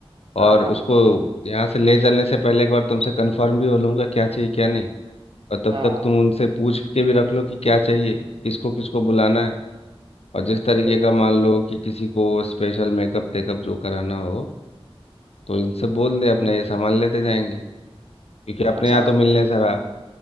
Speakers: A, on the left (about 85°); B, on the right (about 50°).
A: और
B: हाँ हाँ
A: उसको यहाँ से ले चलने से पहले एक बार तुमसे कंफर्म भी हो लूंगा क्या चाहिए क्या नहीं और तब
B: हाँ
A: तक
B: हाँ
A: तुम उनसे पूछ के भी रख लो कि क्या चाहिए किसको किसको बुलाना है और जिस तरीके
B: सही
A: का मान लो कि किसी को स्पेशल मेकअप टेकअप जो कराना हो तो इनसे बोल दे अपना ये सामान लेते जाएंगे क्योंकि अपने
B: अच्छा
A: यहाँ तो मिलने सारा